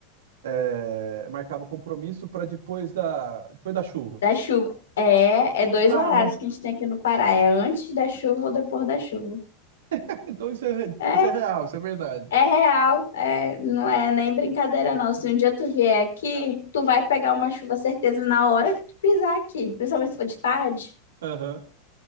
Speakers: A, on the right; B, on the left.
A: é, marcava compromisso para depois da, depois da chuva.
B: Da chuva. É, é dois
A: Ah,
B: horários
A: van.
B: que a gente tem aqui no Pará. É antes da chuva ou depois da chuva.
A: <laughs> então isso é, re-
B: É,
A: isso é real, isso é verdade.
B: é real. É, não é nem brincadeira, não. Se um dia tu vier aqui, tu vai pegar uma chuva, certeza, na hora que tu pisar aqui. Principalmente se for de tarde,
A: Aham.